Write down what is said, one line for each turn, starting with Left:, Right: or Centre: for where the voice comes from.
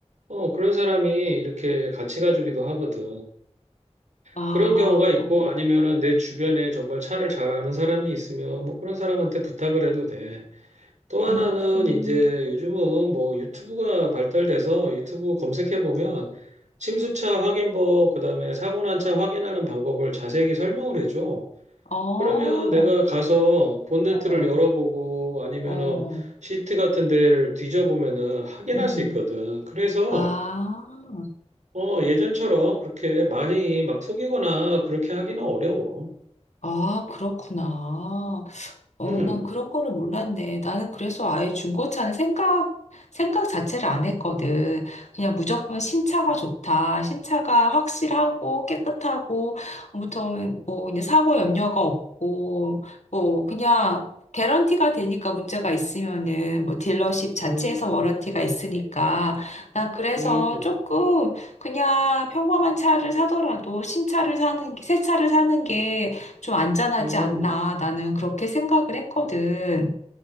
Right: 어, 그런 사람이 이렇게 같이 가주기도 하거든.
Left: 아,
Right: 그런 경우가 있고 아니면은 내 주변에 정말 차를 잘 아는 사람이 있으면 뭐 그런 사람한테 부탁을 해도 돼. 또 하나는
Left: 음, 음.
Right: 이제 요즘은 뭐 유튜브가 발달돼서 유튜브 검색해 보면 침수차 확인법, 그다음에 사고 난 차 확인하는 방법을 자세히 설명을 해줘.
Left: 어.
Right: 그러면 내가 가서 본네트를
Left: 어, 어,
Right: 열어보고 아니면은
Left: 어, 어,
Right: 시트 같은 데를 뒤져보면은 확인할
Left: 음.
Right: 수 있거든. 그래서
Left: 아,
Right: 어 예전처럼 그렇게 많이 막 속이거나 그렇게 하기는 어려워.
Left: 아, 그렇구나. 어,
Right: 음.
Left: 난 그런 거를 몰랐네. 나는 그래서 아예 중고차는 생각, 생각 자체를 안 했거든. 그냥 무조건 신차가 좋다. 신차가 확실하고 깨끗하고, 아무튼 뭐 이제 사고 염려가 없고, 뭐 그냥 개런티가 되니까 문제가 있으면은 뭐 딜러십 자체에서
Right: 음.
Left: 워런티가
Right: 음.
Left: 있으니까. 난 그래서
Right: 음.
Left: 조금 그냥 평범한 차를 사더라도 신차를 사는 게, 새 차를 사는 게 좀 안전하지
Right: 음.
Left: 않나. 나는 그렇게 생각을 했거든.